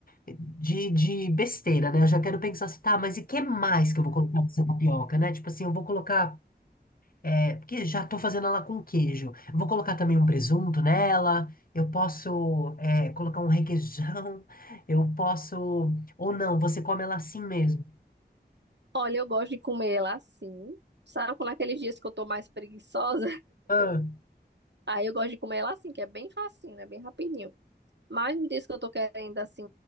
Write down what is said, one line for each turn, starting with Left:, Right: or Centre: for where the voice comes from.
Left: de, de besteira, né? Eu já quero pensar assim, tá, mas e que mais que eu vou colocar nessa tapioca, né? Tipo assim, eu vou colocar, é, porque já tô fazendo ela com queijo. Eu vou colocar também um presunto nela, eu posso, é, colocar um requeijão, <laughs> eu posso, ou não, você come ela assim mesmo.
Right: Olha, eu gosto de comer ela assim. Sabe, quando aqueles dias que eu tô mais preguiçosa,
Left: Ah,
Right: Aí eu gosto de comer ela assim, que é bem facinho, né? Bem rapidinho. Mas no dias que eu tô querendo, assim,